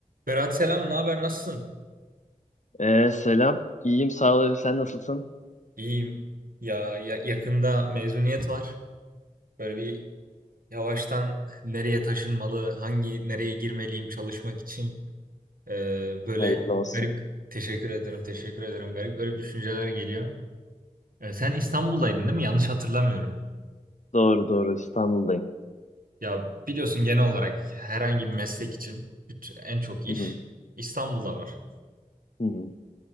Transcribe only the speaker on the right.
Berat selam, ne haber? Nasılsın?
İyiyim. Ya, ya- yakında mezuniyet var. Böyle bir yavaştan nereye taşınmalı, hangi nereye girmeliyim çalışmak için Ee, böyle
garip teşekkür ederim, teşekkür ederim. Garip garip düşünceler geliyor. Ee, sen İstanbul'daydın değil mi? Yanlış hatırlamıyorum.
Ya biliyorsun genel olarak herhangi bir meslek için bütün- en çok iş
İstanbul'da var.